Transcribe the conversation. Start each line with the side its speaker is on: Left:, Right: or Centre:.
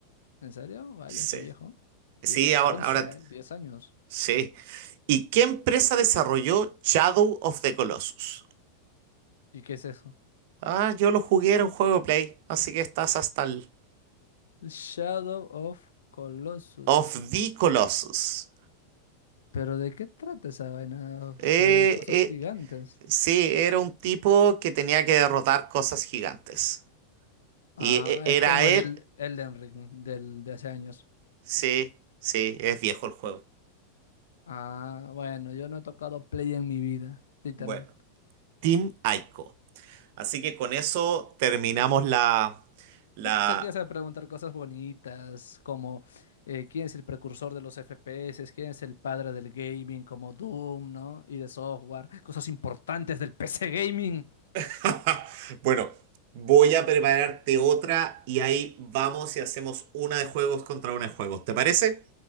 Left: ¿En serio? Vaya,
Right: Sí.
Left: qué viejo.
Right: Sí,
Left: diez
Right: ahora,
Left: 11
Right: ahora
Left: eh, 10 años.
Right: Sí. ¿Y qué empresa desarrolló Shadow of the Colossus?
Left: ¿Y qué es eso?
Right: Ah, yo lo jugué, era un juego de Play, así que estás hasta el...
Left: Shadow of Colossus.
Right: Of the Colossus.
Left: ¿Pero de qué trata esa vaina?
Right: Eh,
Left: ¿Sobre cosas
Right: eh,
Left: gigantes?
Right: sí, era un tipo que tenía que derrotar cosas gigantes. Y
Left: Ah,
Right: e- era
Left: es como
Right: él...
Left: el, el Elden Ring del, de hace años.
Right: Sí, sí, es viejo el juego.
Left: Ah, bueno, yo no he tocado Play en mi vida, literal.
Right: Bueno, Team Ico. Así que con eso terminamos la... la...
Left: Yo pensé que ibas a preguntar cosas bonitas, como eh, quién es el precursor de los FPS, quién es el padre del gaming, como Doom, ¿no? Y de software, cosas importantes del PC gaming.
Right: <laughs> Bueno, voy a prepararte otra y ahí vamos y hacemos una de juegos contra una de juegos. ¿Te parece?